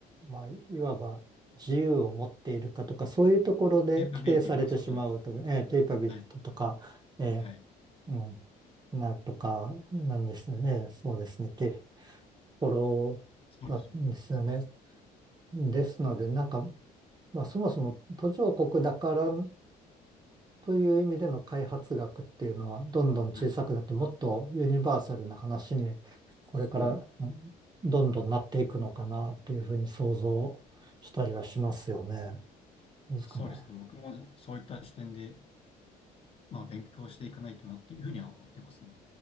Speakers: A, on the right; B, on the left.
A: まあ、いわば自由を持っているかとか、そういうところで規定されてしまうと、
B: ペーパビリティとかそういうことです。
A: えー、ケイパビリティとか、
B: はい。
A: えー
B: はい。
A: うん、なるとか、なんですね。えーそうですね。っていうところなんですよね。
B: そうですよ。
A: ですので、なんか、まあ、そもそも途上国だからという意味での開発学っていうのはどんどん小さくなってもっとユニバーサルな話にこれからうんどんどんなっていくのかなというふうに想像したりはしますよね。
B: はい。うん。
A: ですかね。
B: そうですね。僕もそういった視点で、まあ、勉強していかないとなっていうふうには思ってますね。